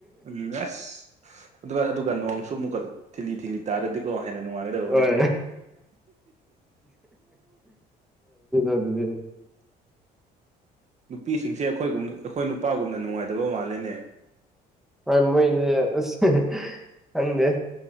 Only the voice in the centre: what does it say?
ꯊ ꯑꯗꯨꯗꯤ <unintelligible>
ꯍꯣꯏ ꯃꯣꯏꯁꯦ ꯑꯁ ꯈꯪꯗꯦ